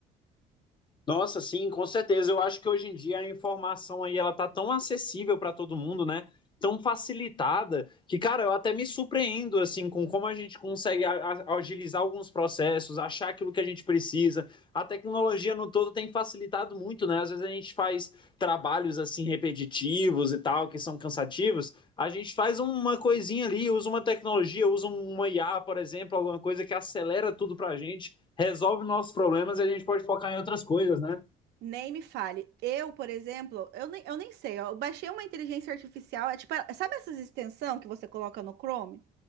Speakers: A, on the left; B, on the right.
A: Nossa, sim, com certeza. Eu acho que hoje em dia a informação aí ela tá tão acessível para todo mundo, né? Tão facilitada que, cara, eu até me surpreendo assim com como a gente consegue a- a- agilizar alguns processos, achar aquilo que a gente precisa. A tecnologia no todo tem facilitado muito, né? Às vezes a gente faz trabalhos assim repetitivos e tal, que são cansativos. A gente faz uma coisinha ali, usa uma tecnologia, usa uma IA, por exemplo, alguma coisa que acelera tudo pra gente. resolve nossos problemas e a gente pode focar em outras coisas, né?
B: Nem me fale. Eu, por exemplo, eu nem, eu nem sei, ó, eu baixei uma inteligência artificial, é tipo, sabe essas extensão que você coloca no Chrome?